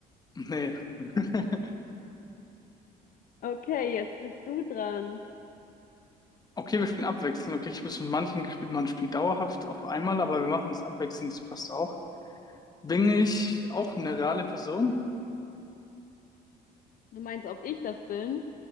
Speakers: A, on the left; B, on the left.
A: nee. <laughs>
B: Okay, jetzt bist du dran.
A: Okay, wir spielen abwechselnd. Okay, ich habe es mit manchen gespielt, man spielt dauerhaft auf einmal, aber wir machen das abwechselnd, das passt auch. Bin ich auch eine reale Person?
B: Du meinst, ob ich das bin?